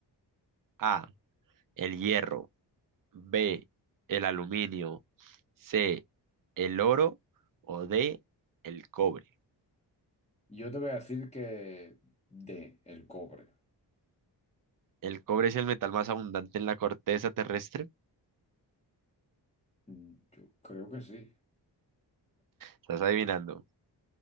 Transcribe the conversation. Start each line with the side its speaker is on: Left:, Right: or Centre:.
Right: A, el hierro, B, el aluminio, C, el oro o D, el cobre.
Left: Yo te voy a decir que de el cobre.
Right: El cobre es el metal más abundante en la corteza terrestre.
Left: Mm, Yo creo que sí.
Right: Estás adivinando,